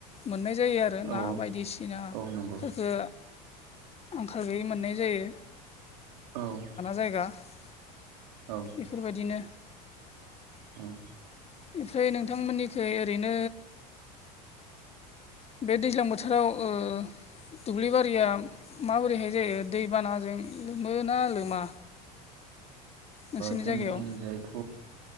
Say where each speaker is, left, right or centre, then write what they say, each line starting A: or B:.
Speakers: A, on the left (about 30°); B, on the right (about 75°).
A: मोननाय जायो आर रो
B: औ
A: ना बायदिसिनाफोरखो
B: औ नंगौ
A: आंखाल गैयै मोननाय जायो
B: औ
A: <inaudible>
B: औ
A: बेफोरबायदिनो
B: औ
A: ओफ्राय नोंथांमोननिखै ओरैनो बे दैज्लां बोथ थोराव ओ दुब्लिबारिया माबोरैहाय जायो दैबानाजों लोमोना लोमा नोंसोरनि
B: जोंनिथिं
A: जायगायाव
B: जाइथ